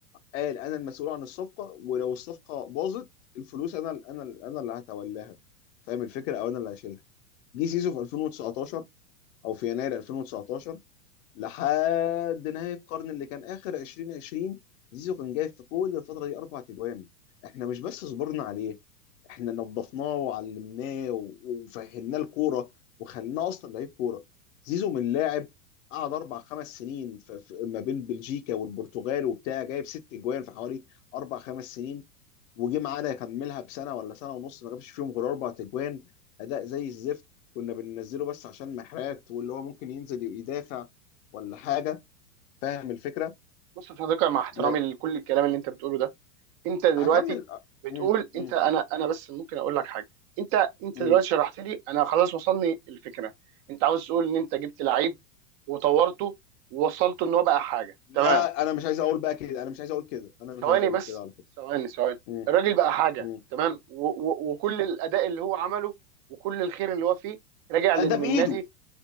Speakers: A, on the left; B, on the right.
A: قال انا المسؤول عن الصفقه ولو الصفقه باظت الفلوس انا انا انا اللي هتولاها فاهم الفكره او انا اللي هشيلها جه سيسو في 2019 او في يناير 2019 لحد نهاية القرن اللي كان آخر 2020 زيزو كان جايب في كل الفترة دي أربع تجوان إحنا مش بس صبرنا عليه إحنا نظفناه وعلمناه و- وفهمناه الكورة وخليناه أصلا لعيب كورة زيزو من لاعب قعد أربع خمس سنين في في- ما بين بلجيكا والبرتغال وبتاع جايب ست جوان في حوالي أربع خمس سنين وجي معانا يكملها بسنه ولا سنه ونص ما جابش فيهم غير اربع تجوان اداء زي الزفت كنا بننزله بس عشان محرات واللي هو ممكن ينزل يدافع ولا حاجه فاهم الفكره
B: بص يا صديقي مع احترامي
A: لا
B: لكل الكلام اللي انت بتقوله ده انت دلوقتي
A: هكمل
B: بتقول
A: مم. مم.
B: انت انا انا بس ممكن اقول لك حاجه انت انت
A: مم.
B: دلوقتي شرحت لي انا خلاص وصلني الفكره انت عاوز تقول ان انت جبت لعيب وطورته ووصلته ان هو بقى حاجه
A: لا
B: تمام
A: انا مش عايز اقول بقى كده انا مش عايز اقول كده انا مش
B: ثواني
A: عايز اقول
B: بس
A: كده على فكره
B: ثواني ثواني
A: مم.
B: الراجل بقى حاجه
A: مم.
B: تمام و و وكل الاداء اللي هو عمله وكل الخير اللي هو فيه راجع
A: لا
B: لان
A: ده بايده
B: النادي